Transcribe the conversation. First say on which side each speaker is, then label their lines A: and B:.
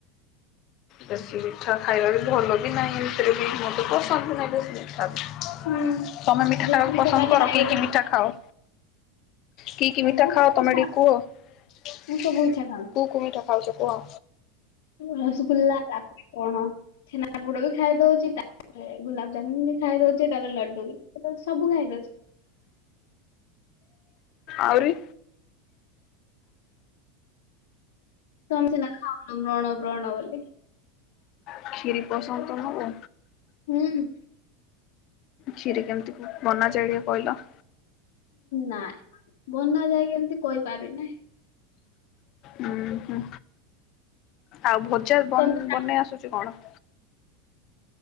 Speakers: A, on the left; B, on the left.
A: ବେଶୀ ମିଠା ଖାଇବାରେ ଭଲ ବି ନାହିଁ ଏମତି ରେ ବି ମତେ ପସନ୍ଦ ବି ନାହିଁ ବେଶି।
B: ହୁଁ
A: ତମେ ମିଠା
B: ବେଶୀ
A: ଖାଇବାକୁ ପସନ୍ଦ
B: ଖାଇଲେ
A: କର
B: ଡାଇବେଟିସ୍
A: କି କି ମିଠା ଖାଅ? କି କି
B: ମୁଁ
A: ମିଠା ଖାଅ
B: ତ ମିଠା
A: ତମେ ଟିକେ କୁହ
B: ମୁଁ ସବୁ ମିଠା ଖାଉ
A: କୁକୁ ମିଠା ଖାଉଚ କୁହ?
B: ରସଗୋଲ୍ଲା ତାପରେ କଣ ଛେନା ଆପୁଡ ବି ଖାଇଦଉଛି ତାପରେ ଗୁଲାପଜାମୁନ ବି ଖାଇଦଉଛି ତାପରେ ଲଡୁ ବି ଖାଇଦଉଛି ସବୁ ଖାଇଦଉଛି।
A: ଆହୁରି।
B: ତମେ ସିନା ଖାଉନୁ ବ୍ରଣ ବ୍ରଣ ବୋଲି
A: କ୍ଷିରି ପସନ୍ଦ ତମକୁ?
B: ହୁଁ।
A: ଖିରି କେମିତି କ ବନା ଯାଏ ଟିକେ କଇଲ।
B: ନାଁ ବନା ଯାଏ କେମତି କହିପାରିବିନି।
A: ହୁଁ ହୁଁ ଆଉ ଭଜା ବନ୍
B: ତମେ
A: ବନେଇ ଆସୁଚି କଣ?